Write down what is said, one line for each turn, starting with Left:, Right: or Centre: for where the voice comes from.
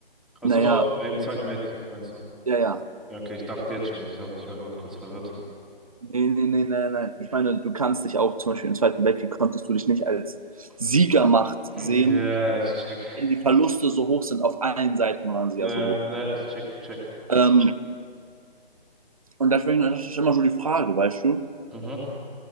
Centre: Also
Right: Naja,
Centre: im Zweiten Weltkrieg, meinst du?
Right: ja, ja. ja.
Centre: Ja, Okay, ich dachte jetzt schon, ich habe, ich war gerade kurz verwirrt.
Right: Nee, nee, nee, nein, nein. Ich meine, du kannst dich auch zum Beispiel im Zweiten Weltkrieg konntest du dich nicht als Siegermacht sehen,
Centre: Ja, ich check.
Right: wenn die Verluste so hoch sind. Auf allen Seiten waren sie
Centre: Ne,
Right: ja so hoch.
Centre: ne, ich check, ich check.
Right: Ähm, und deswegen, das ist immer so die Frage, weißt du?
Centre: Mhm.